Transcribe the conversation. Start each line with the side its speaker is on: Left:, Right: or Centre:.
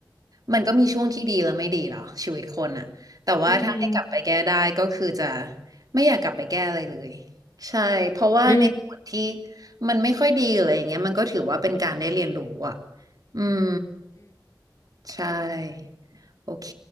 Right: มันก็มีช่วงที่ดีและไม่ดีเนาะชีวิตคนอะแต่ว่าถ้าให้กลับไปแก้ได้ก็คือจะ
Left: อืม
Right: ไม่อยากกลับไปแก้อะไรเลยใช่เพราะว่าในส่วนที่
Left: อืมอืม
Right: มันไม่ค่อยดีออะไรอย่างเงี้ยมันก็ถือว่าเป็นการได้เรียนรู้อะอืมใช่โอเค